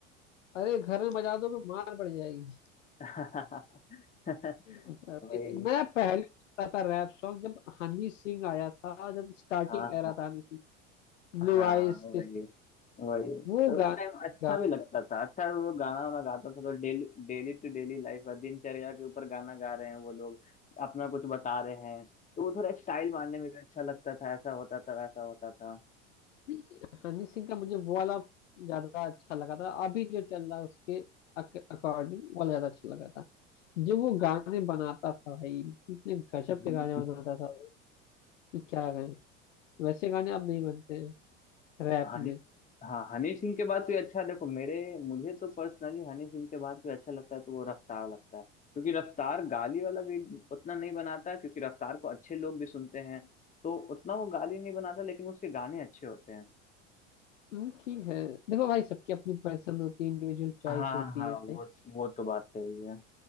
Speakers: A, on the left; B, on the left.
A: अरे घर में बजा दोगे मार पड़ जाएगी
B: <laughs>
A: अरे,
B: वही
A: मैं पहले सुनता था रैप सॉन्ग जब हनी सिंह आया था जब स्टार्टिंग
B: हाँ
A: एरा
B: हाँ
A: था हनी सिंह ब्लू
B: हाँ
A: आइज
B: वही वही
A: वो
B: तो
A: गाना
B: उस टाइम अच्छा
A: गा,
B: भी लगता था अच्छा वो गाना वाना गाता था तो daily daily to daily life दिनचर्या के ऊपर गाना गा रहे हैं वो लोग अपना कुछ बता रहे हैं तो वो थोड़ा स्टाइल मारने में भी अच्छा लगता था ऐसा होता था वैसा होता था
A: नहीं, हनी सिंह का मुझे वो वाला ज्यादा अच्छा लगा था अभी जो चल रहा है उसके अकॉर्डिंग वाला ज्यादा अच्छा लगा था जो वो गाने बनाता था भाई इतने गजब
B: हम्म
A: के गाने बनाता था वो, कि क्या गाए वैसे गाने अब नहीं बनते हैं रैप
B: हनी
A: में
B: हाँ हनी सिंह के बाद भी अच्छा देखो मेरे मुझे तो पर्सनली हनी सिंह के बाद भी अच्छा लगता है तो वो रफ्तार लगता है क्योंकि रफ्तार गाली वाला भी उतना नहीं बनाता है, क्योंकि रफ्तार को अच्छे लोग भी सुनते हैं तो उतना वो गाली नहीं बनाता लेकिन उसके गाने अच्छे होते हैं
A: हम्म, ठीक है देखो भाई सबकी अपनी पसंद होती है इंडिविजुअल चॉइस
B: हाँ
A: होती
B: हाँ
A: है सही
B: वो वो तो बात सही है